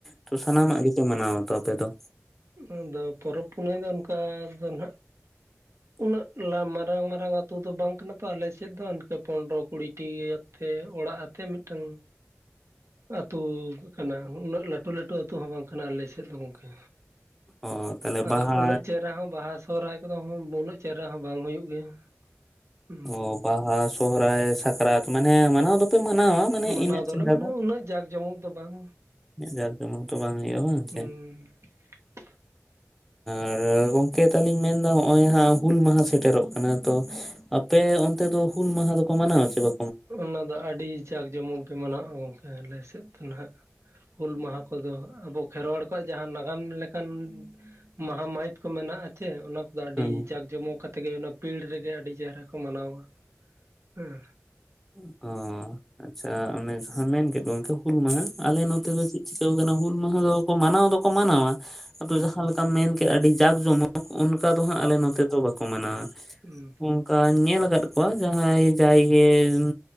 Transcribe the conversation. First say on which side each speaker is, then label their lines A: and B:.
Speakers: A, in the centre; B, on the right (about 75°).
A: ᱛᱚ ᱥᱟᱱᱟᱢᱟᱜ ᱜᱮᱯᱮ ᱢᱟᱱᱟᱣᱟ ᱛᱚ ᱟᱯᱮ ᱫᱚ?
B: ᱩᱸ ᱫᱚ ᱯᱚᱨᱚᱵ ᱯᱩᱨᱟᱹᱭ ᱫᱚ ᱚᱱᱠᱟ ᱫᱚ ᱱᱟᱦᱟᱸᱜ ᱩᱱᱟᱹᱜ ᱞᱟᱢ ᱢᱟᱨᱟᱝ ᱢᱟᱨᱟᱝ ᱟᱛᱩ ᱫᱚ ᱵᱟᱝ ᱠᱟᱱᱟ ᱛᱚ, ᱟᱞᱮ ᱥᱮᱫ ᱫᱚ ᱤᱱᱠᱟᱹ ᱯᱚᱱᱨᱚ ᱠᱩᱲᱤᱴᱤ ᱛᱮ ᱚᱲᱟᱜ ᱟᱛᱮ ᱢᱤᱫ ᱴᱟᱝ ᱟᱹᱛᱩ ᱠᱟᱱᱟ, ᱩᱱᱟᱹᱜ ᱞᱟᱹᱴᱩ ᱞᱟᱹᱴᱩ ᱟᱹᱛᱩ ᱦᱚᱸ ᱵᱟᱝ ᱠᱟᱱᱟ ᱟᱞᱮ ᱥᱮᱫ ᱫᱚ ᱜᱚᱝᱠᱮ᱾
A: ᱚ ᱛᱟᱦᱚᱞᱮ
B: ᱟᱫᱚ
A: ᱵᱟᱦᱟ
B: ᱩᱱᱟᱹᱜ ᱪᱮᱦᱨᱟ ᱦᱚᱸ ᱵᱟᱦᱟ ᱥᱚᱦᱟᱭ ᱠᱚᱫᱚ ᱩᱱᱟᱹᱜ ᱪᱮᱨᱦᱟ ᱦᱚᱸ ᱵᱟᱝ ᱦᱩᱭᱩᱜ ᱜᱮᱭᱟ᱾ ᱦᱩᱸ
A: ᱚᱸ ᱵᱟᱦᱟ ᱥᱚᱦᱨᱟᱭ ᱥᱟᱠᱨᱟᱛ ᱢᱟᱱᱮ ᱢᱟᱱᱟᱣ ᱫᱚᱯᱮ ᱢᱟᱱᱟᱣᱟ, ᱢᱟᱱᱮ
B: ᱢᱟᱱᱟᱣ
A: ᱤᱱᱟᱹᱜ
B: ᱫᱚᱞᱮ
A: ᱪᱮᱦᱨᱟ
B: ᱢᱟᱱᱟ ᱩᱱᱟᱹᱜ ᱡᱟᱸᱠ ᱡᱚᱢᱚᱠ ᱫᱚ ᱵᱟᱝ᱾
A: ᱩᱱᱟᱹᱜ ᱡᱟᱠ ᱡᱚᱢᱚᱠ ᱫᱚ ᱵᱟᱝ ᱜᱮᱭᱟ ᱵᱟᱝ
B: ᱦᱩᱸ
A: ᱪᱮ?
B: <inaudible>
A: ᱟᱨ ᱜᱚᱝᱠᱮ ᱛᱟᱦᱞᱮᱧ ᱢᱮᱱ ᱫᱟ ᱦᱚᱸᱜᱼᱚᱭ ᱦᱟᱸᱜ ᱦᱩᱞ ᱢᱟᱦᱟ ᱥᱮᱴᱮᱨᱚᱜ ᱠᱟᱱᱟ ᱛᱚ ᱟᱯᱮ ᱚᱱᱛᱮ ᱫᱚ ᱦᱩᱞ ᱢᱟᱦᱟ ᱫᱚᱠᱚ ᱢᱟᱱᱟᱣᱟ ᱪᱮ ᱵᱟ
B: ᱚᱱᱟ ᱫᱚ ᱟᱹᱰᱤ ᱡᱟᱠ ᱡᱚᱢᱚᱠ ᱜᱮ ᱢᱟᱱᱟᱜᱼᱟ ᱜᱚᱝᱠᱮ ᱟᱞᱮ ᱥᱮᱫ ᱫᱚ ᱱᱟᱦᱟᱸᱜ᱾ ᱦᱩᱞ ᱢᱟᱦᱟ ᱠᱚᱫᱚ ᱦᱟᱸᱜ ᱟᱵᱚ ᱠᱷᱮᱨᱣᱟᱲ ᱠᱚᱣᱟᱜ ᱡᱟᱦᱟᱸ ᱱᱟᱜᱟᱢ ᱞᱮᱠᱟᱱ ᱢᱟᱦᱟ ᱢᱟᱹᱦᱤᱛ ᱠᱚ ᱢᱮᱱᱟᱜᱼᱟ ᱟᱪᱮ, ᱚᱱᱟ ᱫᱚ ᱟᱹᱰᱤ
A: ᱦᱮᱸ
B: ᱡᱟᱠ ᱡᱚᱢᱚᱠ ᱠᱟᱛᱮ ᱜᱮ ᱚᱱᱟ ᱯᱤᱲ ᱨᱮᱜᱮ ᱟᱹᱰᱤ ᱪᱮᱦᱨᱟ ᱠᱚ ᱢᱟᱱᱟᱣᱟ ᱦᱮᱸ᱾
A: ᱩ ᱚ᱾ ᱟᱪᱪᱷᱟ ᱚᱱᱮ ᱠᱟᱛᱷᱟᱢ ᱢᱮᱱ ᱠᱮᱫ ᱫᱚ ᱜᱚᱝᱠᱮ ᱦᱩᱞ ᱢᱟᱦᱟ ᱟᱞᱮ ᱱᱚᱛᱮ ᱫᱚ ᱪᱮᱫ ᱪᱤᱠᱟᱹᱣ ᱟᱠᱟᱱᱟ ᱦᱩᱞ ᱢᱟᱦᱟ ᱫᱚ ᱠᱚ ᱢᱟᱱᱟᱣ ᱫᱚᱠᱚ ᱢᱟᱱᱟᱣᱟ, ᱟᱫᱚ
B: ᱦᱩᱸ
A: ᱡᱟᱦᱟᱸ ᱞᱮᱠᱟᱢ ᱢᱮᱱ ᱠᱮᱜ ᱟᱹᱰᱤ ᱡᱟᱠ ᱡᱚᱢᱚᱠ ᱚᱱᱠᱟ ᱫᱚ ᱦᱟᱸᱜ ᱟᱞᱮ ᱱᱚᱛᱮ ᱫᱚ ᱵᱟ ᱠᱚ ᱢᱟᱱᱟᱣᱟ
B: ᱦᱩᱸ
A: ᱚᱝᱠᱟ ᱧᱮᱞ ᱠᱟᱫ ᱠᱚᱣᱟ ᱡᱟᱦᱟᱸᱭ ᱡᱟᱭᱜᱮ ᱩᱸ